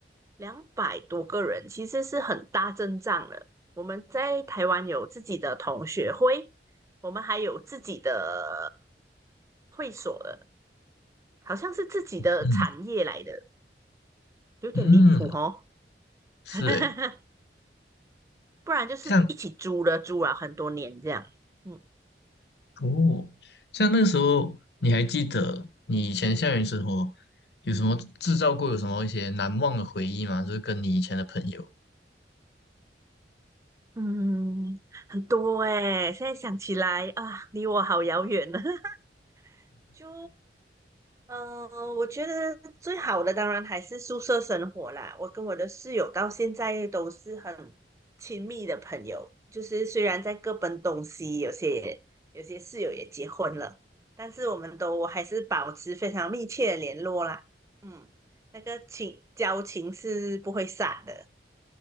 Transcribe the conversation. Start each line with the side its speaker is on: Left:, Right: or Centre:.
Right: 两百多个人，其实是很大阵仗的。我们在台湾有自己的同学会，我们还有自己的会所的，好像是自己的产业来的。
Left: 嗯
Right: 有点离谱哦，
Left: 嗯，
Right: <laughs>
Left: 是诶，
Right: 不然就是一起租了租了很多年这样。
Left: 这样。
Right: 嗯
Left: 哦，像那个时候，你还记得你以前校园生活有什么制造过有什么一些难忘的回忆吗？就是跟你以前的朋友。
Right: 嗯，很多哎、现在想起来啊，离我好遥远呢。<laughs> 就嗯，我觉得最好的当然还是宿舍生活啦。我跟我的室友到现在都是很亲密的朋友，就是虽然在各奔东西，有些有些室友也结婚了，但是我们都还是保持非常密切的联络啦。嗯，那个情交情是不会散的。